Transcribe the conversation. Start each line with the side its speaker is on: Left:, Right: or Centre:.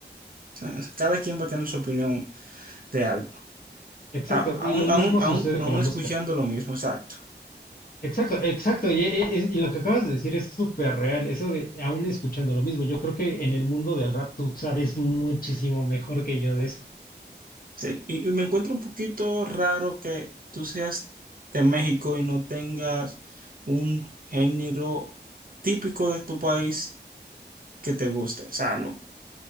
Right: o sea, cada quien va a tener su opinión de algo,
Left: Exacto,
Right: A-
Left: y
Right: aún,
Left: lo mismo
Right: aún, aún,
Left: sucede
Right: aún
Left: con la música.
Right: escuchando lo mismo, exacto.
Left: Exacto, exacto. Y, e- e- y lo que acabas de decir es súper real. Eso de aún escuchando lo mismo. Yo creo que en el mundo del rap tú sabes muchísimo mejor que yo de eso.
Right: Sí, y, y me encuentro un poquito raro que tú seas de México y no tengas un género típico de tu país que te guste. O sea, no,